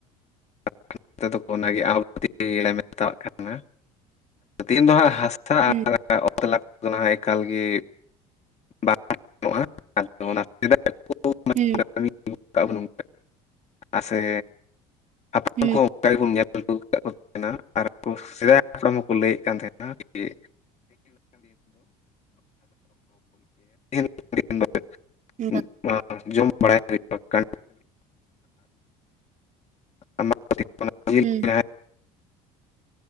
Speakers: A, on the left; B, on the right.
A: <inaudible> ᱚᱱᱟᱜᱮ <inaudible> ᱢᱮᱛᱟᱜ ᱠᱟᱱᱟ ᱛᱮᱦᱮᱧ ᱫᱚ ᱦᱟᱸᱜ ᱦᱟᱥᱟ
B: ᱦᱩᱸ
A: <unintelligible> ᱚᱱᱟ ᱮᱠᱟᱞ ᱜᱮ ᱵᱟᱝ ᱜᱟᱱᱚᱜᱼᱟ ᱟᱫᱚ ᱚᱱᱟ ᱥᱮᱫᱟᱭ <inaudible>
B: ᱦᱮᱸ ᱩ
A: ᱠᱟᱹᱢᱤ <inaudible> ᱟᱥᱮ ᱩᱱᱠᱩ
B: ᱦᱩᱸ
A: ᱦᱚᱸ ᱚᱱᱠᱟ ᱜᱮᱵᱚᱱ ᱧᱮᱞ ᱟᱜᱩ ᱠᱟᱜ ᱠᱚ᱾ ᱱᱟ ᱟᱨ ᱥᱮᱫᱟᱭ ᱦᱟᱯᱲᱟᱢ ᱠᱚ ᱞᱟᱹᱭ ᱠᱟᱱ ᱛᱟᱦᱮᱸᱱᱟ ᱡᱮ <inaudible>
B: ᱵᱟ
A: ᱚᱱᱟ ᱡᱚᱢ ᱵᱟᱲᱟᱭ ᱦᱩᱭᱩᱜ-ᱟ, ᱚᱱᱠᱟᱱ <inaudible>
B: ᱦᱩᱸ